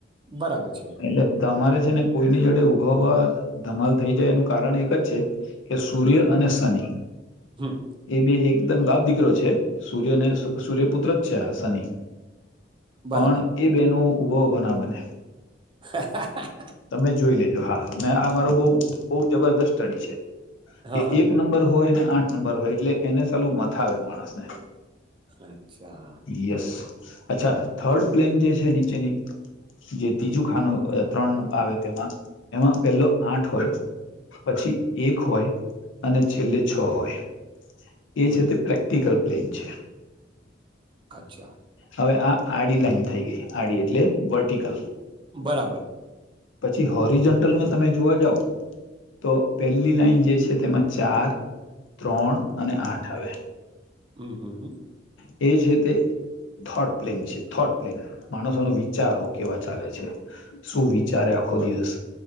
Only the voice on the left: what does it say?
એટલે તમારે છે ને કોઈની જોડે ઉભા ઉભા ધમાલ થઈ જાય એનું કારણ એક જ છે. કે સૂર્ય અને શનિ
એકદમ બે એકદમ બાપ દીકરો છે. સૂર્યને સૂર્ય પુત્ર જ છે આ શનિ
પણ એ બેનો ઊભા ઉભા ના બને
તમે જોઈ લેજો હા મે આ મારો બહુ બહુ જબરદસ્ત સ્ટડી છે. કે
એક નંબર હોય ને આઠ નંબર હોય એટલે એને સાલું મથાવે માણસને
યસ અચ્છા થર્ડ પ્લેન જે છે નીચેની જે ત્રીજું ખાનું ત્રણ આવે તેમાં એમાં પહેલો આઠ હોય પછી એક હોય અને છેલ્લે છ હોય
એ છે
તે પ્રેક્ટિકલ પ્લેન છે.
હવે આ આડી લાઈન થઈ ગઈ આડી એટલે વર્ટિકલ
પછી હોરીજન્ટલમાં તમે જોવા જાવ તો પહેલી લાઈન જે છે તેમાં ચાર ત્રણ અને આઠ આવે
એ છે તે થોટ પ્લેન છે થોટ પ્લેન માણસો ન વિચારો કેવા ચાલે છે. શું વિચારે આખો દિવસ